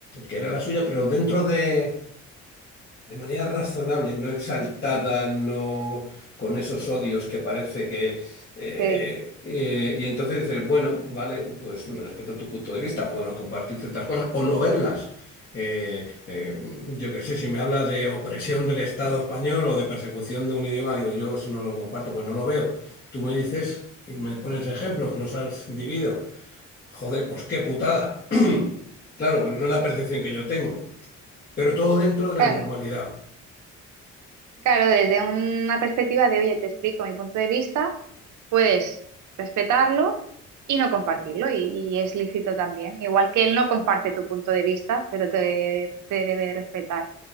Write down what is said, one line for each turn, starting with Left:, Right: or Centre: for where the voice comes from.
Left: que era la suya, pero dentro de de manera razonable, no exaltada, no con esos odios que parece que... eh,
Right: sí.
Left: eh, y entonces dices, bueno, vale, pues respeto tu punto de vista, puedo no compartir ciertas cosas o no verlas. Eh, eh, yo qué sé, si me habla de opresión del Estado español o de persecución de un idioma, digo, yo eso no lo comparto, pues no lo veo. Tú me dices y me pones ejemplos que los has vivido. Joder, pues qué putada. <clears throat> Claro, pero no es la percepción que yo tengo. Pero todo dentro de
Right: Claro,
Left: la normalidad.
Right: claro, desde una perspectiva de, oye, te explico mi punto de vista, puedes respetarlo y no compartirlo, y, y es lícito también. Igual que él no comparte tu punto de vista, pero te, te debe respetar.